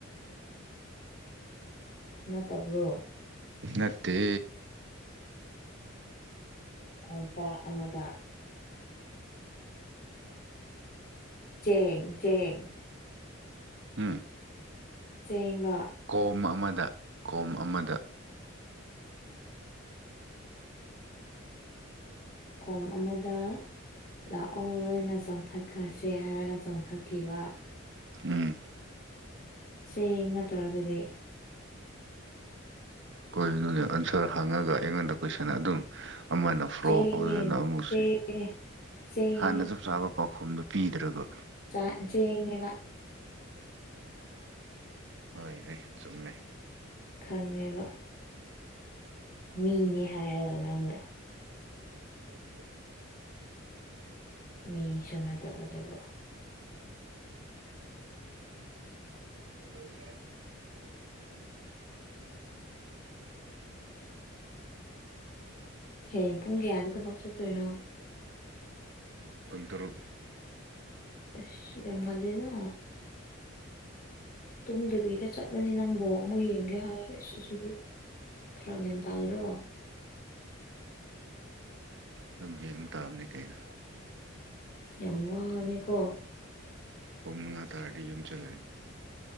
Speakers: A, on the left; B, on the right.
A: ꯅꯠꯇꯕ꯭ꯔꯣ
B: ꯅꯠꯇꯦ
A: ꯀꯣꯝꯄꯥꯛ ꯑꯃꯗ ꯆꯦꯡ ꯆꯦꯡ
B: ꯎꯝ
A: ꯆꯦꯡꯂꯣ
B: ꯀꯣꯝ ꯑꯃꯗ ꯀꯣꯝ ꯑꯃꯗ
A: ꯀꯣꯝ ꯑꯃꯗ ꯂꯥꯛꯑꯣ ꯂꯣꯏꯅ ꯆꯣꯡꯊꯈ꯭ꯔꯁꯦ ꯍꯥꯏꯔꯒ ꯆꯣꯡꯊꯈꯤꯕ
B: ꯎꯝ
A: ꯆꯦꯡ ꯅꯠꯇ꯭ꯔꯣ ꯑꯗꯨꯗꯤ <inaudible>
B: ꯀꯣꯏꯅꯣꯅꯦ ꯑꯟꯁꯔ ꯍꯥꯡꯉꯒ ꯑꯩꯉꯣꯟꯗ ꯀꯣꯏꯁꯟ ꯑꯗꯨꯝ ꯑꯃꯅ ꯐ꯭ꯔꯣꯛ
A: ꯆꯦꯡꯅꯦ
B: ꯍꯧꯖꯤꯅ ꯑꯃꯨꯛꯁ
A: ꯆꯦꯡꯅꯦ ꯆꯦꯡꯅꯦ
B: ꯍꯥꯟꯅ ꯆꯞ ꯆꯥꯕ ꯄꯥꯎꯈꯨꯝꯗꯨꯣ ꯄꯤꯗ꯭ꯔꯒ
A: ꯆ ꯆꯦꯅꯦꯕ
B: ꯍꯣꯏ ꯍꯩ ꯆꯨꯝꯃꯦ
A: ꯈꯪꯉꯦꯕ ꯃꯤꯅꯤ ꯍꯥꯏꯔꯒ ꯅꯪꯅ
B: <unintelligible>
A: ꯃꯤꯁꯨ ꯟꯠꯅꯕꯗꯨꯕꯨ
B: ꯎ <unintelligible>
A: ꯍꯌꯦꯡ ꯄꯨꯡ ꯀꯌꯥꯗ ꯊꯕꯛ ꯆꯠꯇꯣꯏꯅꯣ
B: ꯄꯨꯟ ꯇꯔꯨꯛ
A: ꯑꯁ ꯌꯥꯝ ꯉꯜꯂꯦꯅ ꯇꯨꯝꯗꯕꯤꯗ ꯆꯠꯂꯅꯤ ꯅꯪꯕꯨ ꯑꯃꯨꯛ ꯌꯦꯡꯒꯦ ꯍꯥꯏ ꯑꯁ ꯑꯁꯤꯗꯤ ꯐꯔꯛ ꯌꯥꯝ ꯇꯗ꯭ꯔꯣ
B: ꯑꯗꯨꯝ ꯌꯦꯡꯕ ꯇꯥꯕꯅꯤ ꯀꯩꯅꯣ
A: ꯌꯥꯝ ꯋꯥꯅꯦꯀꯣ
B: ꯄꯨꯡ ꯃꯉꯥ ꯇꯔꯗꯤ ꯌꯨꯝ ꯆꯠꯂꯅꯤ